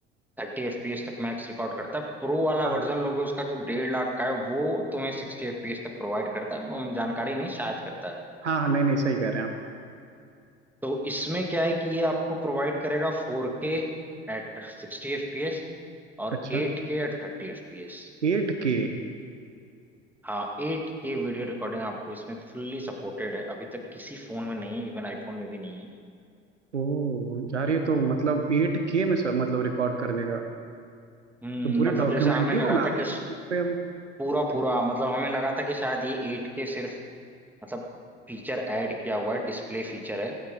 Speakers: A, in the centre; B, on the right.
A: 30 FPS तक मैक्स रिकॉर्ड करता है प्रो वाला
B: हाँ
A: वर्जन लोगे उसका जो डेढ़ लाख का है वो तुम्हें 60 एफपीएस तक प्रोवाइड करता है हम जानकारी नहीं शायद करता है
B: हाँ हाँ नहीं नहीं सही कह रहे हैं आप
A: तो इसमें क्या है कि ये आपको प्रोवाइड करेगा four K at sixty fps और
B: अच्छा
A: eight K at thirty fps
B: एट के
A: हाँ एट के वीडियो रिकॉर्डिंग आपको इसमें फुल्ली सपोर्टेड है अभी तक किसी फोन में नहीं है इवन आईफोन में भी नहीं है
B: ओ यार ये तो मतलब एट के में सब मतलब रिकॉर्ड कर देगा
A: हम्म
B: तो पूरी
A: मतलब
B: डॉक्यूमेंट्री
A: जैसे हमें लगा
B: बना
A: था
B: दे
A: कि
B: यार फोन पे अब
A: पूरा पूरा मतलब हमें लगा था कि शायद ये एट के सिर्फ मतलब फीचर ऐड किया हुआ है डिस्प्ले फीचर है